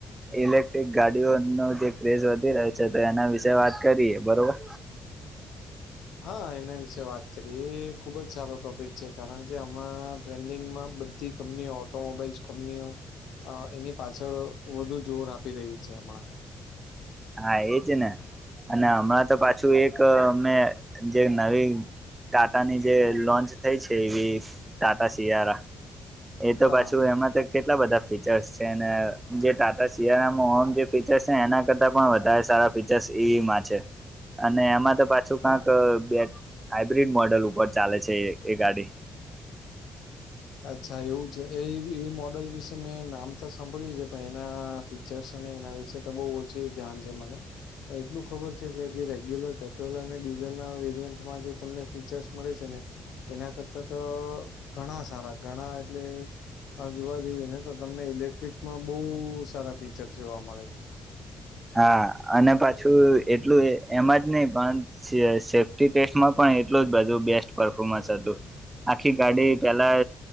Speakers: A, on the right (about 15°); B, on the left (about 85°).
A: ઇલેક્ટ્રિક ગાડીઓનો જે ક્રેઝ વધી રહ્યો છે તો એના વિશે વાત કરીએ બરોબર
B: હા એના વિશે વાત કરીએ એ ખુબ જ સારો ટોપિક છે કારણ કે હમણાં ટ્રેન્ડિંગમાં બધી કંપનીઓ ઓટોમોબાઈલસ કંપનીઓ અ એની પાછળ વધુ જોર આપી રહી છે હમણાં
A: હા એજ ને અને હમણાં તો પાછું એક અમે જે નવી ટાટાની જે લોન્ચ થઈ છે ઈવી ટાટા શિયારા એ તો
B: હા
A: પાછું એમાં તો કેટલા બધા ફીચર્સ છે અને જે ટાટા સિયારા મા ઓમ જે ફીચર્સ છે ને એના કરતાં પણ વધારે સારા ફીચર્સ ઈવીમાં છે અને એમાં તો પાછું કંક
B: હા
A: બે હાઈબ્રિડ મોડલ ઉપર ચાલે છે એ એ ગાડી
B: અચ્છા એવું છે એ એ મોડલ વિશે મેં નામ તો સાંભળ્યું છે પણ એનાથી ફીચર્સ અને એના વિશે તો બહુ ઓછી જાન છે મને એટલું ખબર છે કે જે રેગ્યુલર પેટ્રોલ અને ડીઝલ ના વેરિયન્ટમાં જે તમને ફીચર્સ મળે છે ને એના કરતા તો ઘણા સારા ઘણા એટલે હા જોવા જઈએ ને તો તમને ઇલેક્ટ્રિકમાં બહુ સારા ફીચર જોવા મળે છે.
A: હા અને પાછું એટલું એ એમાં જ નહી પણ સે સેફ્ટી ટેસ્ટમાં પણ એટલું જ બધું બેસ્ટ પરફોર્મન્સ હતું. આખી ગાડી પેલા